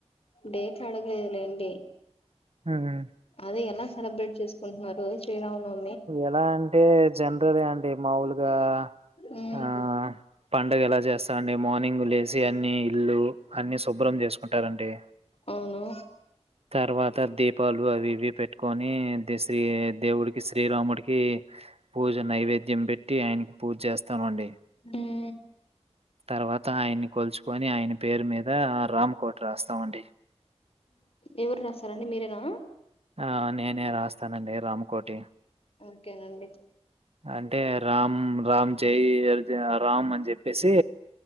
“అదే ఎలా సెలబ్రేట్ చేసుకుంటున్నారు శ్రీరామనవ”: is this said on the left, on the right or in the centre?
Left